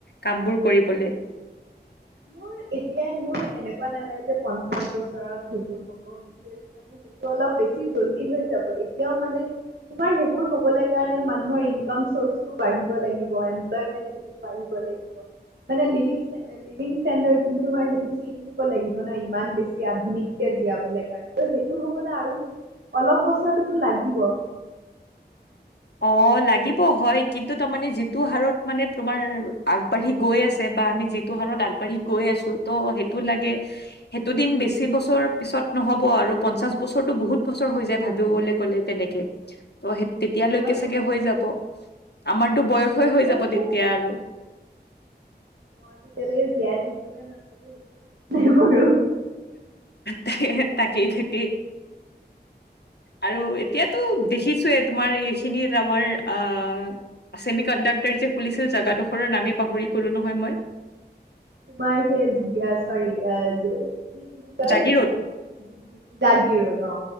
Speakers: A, on the left; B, on the right.
A: কাম বোৰ কৰিবলৈ।
B: চাগে। মোৰ এতিয়াই মোৰ এনেকুৱা নালাগে পঞ্চাশ বছৰত সেইবোৰ হব বিশেষ। মানে সেইটো অলপ বেছি জল্দি হৈ যাব। এতিয়াও মানে তোমাৰ সেইবোৰ হবলৈ কাৰণে মানুহৰ ইনকাম চচটু বাহিব লাগিব। বাঢ়িব লাগিব। মানে লিভিং ষ্টেন ষ্টেনদাৰ যোনটো হয় সেইটো চেইঞ্জ বাঢ়িব লাগিব ন ইমান বেছি আধুনিককে- জীয়াবলে কাৰণে ত সেইটো হবলে আৰু- অলপ বছৰটোতো লাগিব।
A: অ, লাগিব হয় কিন্তু তাৰমানে যিটো হাৰত মানে তোমাৰ আগবাঢ়ি গৈ আছে বা আমি যি হাৰত আগবাঢ়ি গৈ আছো ত' সেইটো লাগে। সেইটো দিন বেছি বছৰ পিছত নহ'ব আৰু পঞ্চাশ বছৰটো বহুত বছৰ হৈ যায় ভাবিবলৈ ক'লে। তেনেকে ত সে এতিয়ালৈকে
B: হয়
A: চাগে
B: হয়
A: হৈ যাব আমাৰতো বয়সেই
B: তেতিয়ালৈকে
A: হৈ যাব তেতিয়া আৰু
B: মই তেতিয়ালৈকে জীয়াই থাকো নে নাথাকো সেইটো নাই বাৰু
A: তাকে - তাকেই ঠিকেই। আৰু
B: তাকেই
A: এতিয়াতো দেখিছোৱেই তোমাৰ এইখিনিত আমাৰ আহ ছেমি কণ্ডাক্টাৰ যে খুলিছিল জগাডোখৰৰ নামেই পাহৰি গলো নহয় মই।
B: তোমাৰ সেই য চৰি কি বুলি কয়।
A: জাগিৰোড
B: জাগিৰোদ অ,